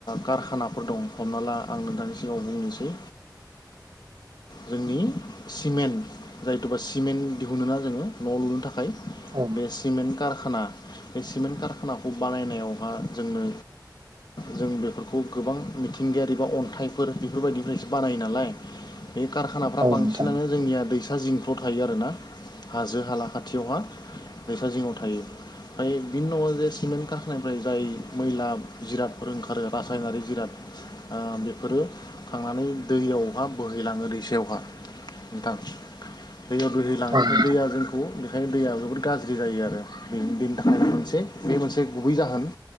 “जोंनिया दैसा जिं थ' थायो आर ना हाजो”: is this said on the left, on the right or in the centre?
Left